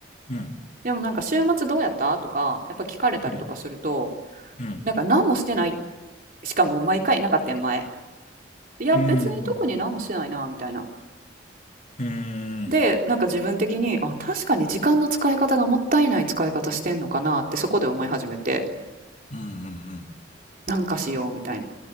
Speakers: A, on the left; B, on the right.
A: うん。うん。
B: でもなんか週末どうやったとか、やっぱ聞かれたりとかすると、
A: うん。うん。
B: なんか何もしてない、しかも毎回なかったん前。いや、
A: うん。
B: 別に特に何もしてないな、みたいな。
A: うん。うん。
B: で、なんか自分的に、あ、確かに時間の使い方がもったいない使い方してんのかなってそこで思い始めて、
A: うん。うん
B: なんかしようみたいな。